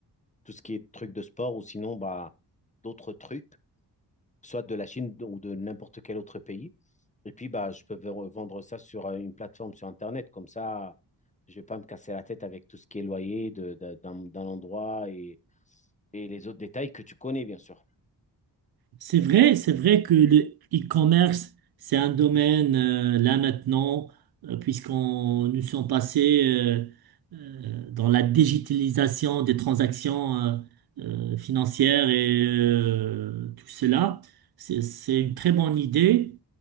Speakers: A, on the left; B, on the right.
A: tout ce qui est truc de sport ou sinon, bah, d'autres trucs. soit de la Chine ou de n'importe quel autre pays. Et puis, bah, je peux vendre ça sur une plateforme sur Internet. Comme ça, je ne vais pas me casser la tête avec tout ce qui est loyer de, de- d'un, d'un endroit et, et les autres détails que tu connais, bien sûr.
B: C'est vrai, c'est vrai que le e-commerce, c'est un domaine euh, là maintenant, euh, puisqu'on nous sommes passés euh, euh, dans la digitalisation des transactions euh, euh, financières et euh, tout cela. C'est, c'est une très bonne idée.